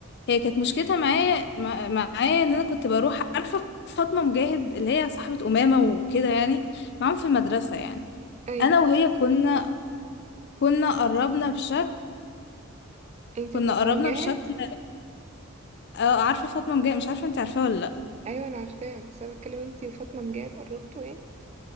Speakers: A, on the left (about 50°); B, on the right (about 30°).
A: هي كانت مشكلتها معايا مع- معايا ان انا كنت بروح عارفه فاطمه مجاهد اللي هي صاحبه امامه وكده يعني معاهم في المدرسه يعني
B: أيوه
A: انا وهي كنا كنا قربنا بشكل
B: أنتي
A: كنا
B: وفاطمة
A: قربنا
B: مجاهد
A: بشكل اه عارفه فاطمه مجاهد مش عارفه انت عارفاها ولا لأ.
B: أيوه أنا عارفاها بس أنا بتكلم أنتي وفاطمة مجاهد قربتوا يعني